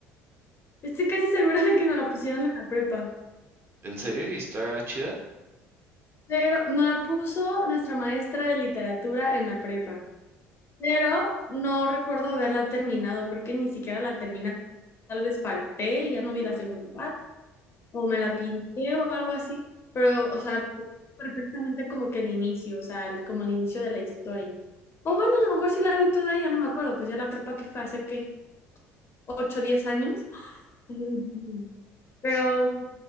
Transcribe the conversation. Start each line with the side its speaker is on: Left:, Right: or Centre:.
Left: Estoy casi segura de que nos la pusieron en la prepa.
Right: ¿En serio? ¿Y está chida?
Left: Pero nos la puso nuestra maestra de literatura en la prepa. pero no recuerdo haberla terminado, creo que ni siquiera la terminé. Tal vez falté y ya no vi la segunda parte, o me la pinté o algo así, pero, o sea, perfectamente como que el inicio, o sea, el- como el inicio de la historia. O bueno, a lo mejor sí la vi toda, y ya no me acuerdo, pues ya la prepa que fue hace qué ocho diez años. <laughs> Pero
Right: Sí.